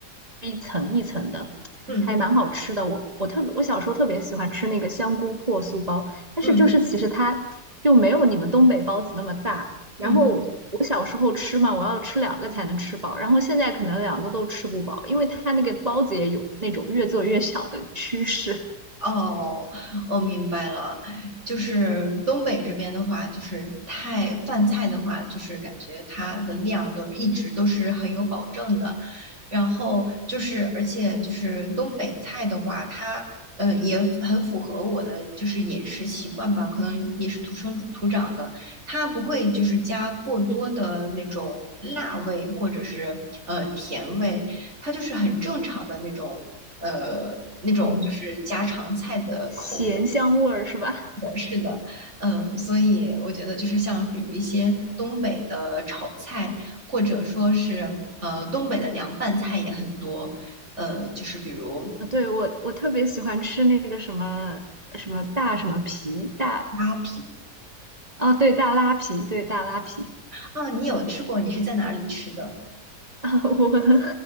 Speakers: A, on the right; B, on the right.
A: 一层一层的，
B: 嗯
A: 还蛮好吃的。我我特别，我小时候特别喜欢吃那个香菇破酥包，但是就是其实它就没有你们东北包子那么大。
B: 嗯
A: 然后我小时候吃嘛，
B: 嗯。
A: 我要吃两个才能吃饱，然后现在可能两个都吃不饱，因为它那个包子也有那种越做越小的趋势
B: 哦，我明白了，就是东北这边的话，就是太饭菜的话，就是感觉它的量都是一直都是很有保证的。然后就是，而且就是东北菜的话，它呃也很符合我的就是饮食习惯吧，可能也是土生土长的。它不会就是加过多的那种辣味或者是呃甜味，它就是很正常的那种呃那种就是家常菜的口味。
A: <laughs>。嗯，咸香味儿是吧？
B: 是的，嗯，所以我觉得就是像比如一些东北的炒菜，或者说是呃东北的凉拌菜也很多。呃，就是比如
A: 啊，对，我我特别喜欢吃那个什么什么大什么皮大
B: 啊
A: 啊，对，大拉皮，对，大拉皮。
B: 啊，你有吃过？你是在哪里吃的？
A: 啊，我 <laughs>